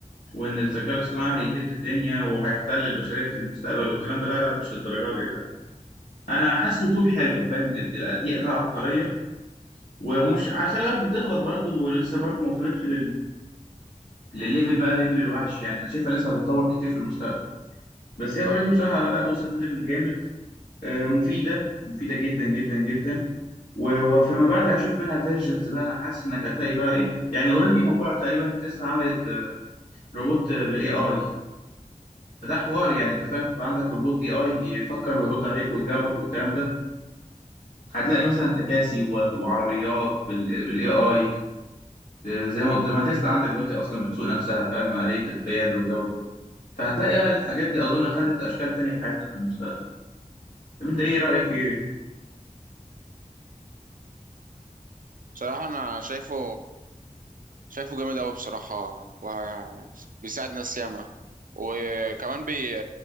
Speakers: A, on the left; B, on the right.
A: وان الذكاء الاصطناعي هيهد الدنيا وهيحتل البشريه في المستقبل والكلام ده لا لا مش للدرجه دي ده انا حاسه طول حلوه فاهم ال- ال- دي اداه عبقريه ومش على خلي بالك بتغلط برضه ولسه برضه ما وصلتش للليفل بقى ليفل الوحش يعني انا شايفها لسه هتتطور كتير في المستقبل بس هي اوريدي بصراحه لا وصلت ليفل جامد آه، مفيده مفيده جدا جدا جدا و- وفيما بعد هتشوف منها فيرجنز بقى انا حاسس انك هتلاقي بقى ايه يعني اوريدي موضوع تقريبا تسلا عملت آه، روبوت آه، بالاي اي فده حوار يعني انت فاهم تبقى عندك روبوت اي اي يفكر ويرد عليك ويجاوبك والكلام ده هتلاقي مثلا تكاسي و- وعربيات بالاي اي زي ما زي ما تسلا عندك دلوقتي اصلا بتسوق نفسها فاهم آلية القياده والجو ده فهتلاقي بقى الحاجات دي اظن خدت اشكال تانية في حياتنا في المستقبل طب انت ايه رايك في ايه
B: بصراحة أنا شايفه شايفه جامد أوي بصراحة وبيساعد ناس ياما وكمان بي